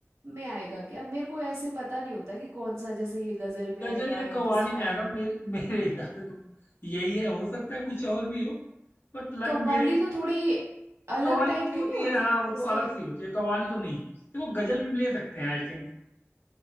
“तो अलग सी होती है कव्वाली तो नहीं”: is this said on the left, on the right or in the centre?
Left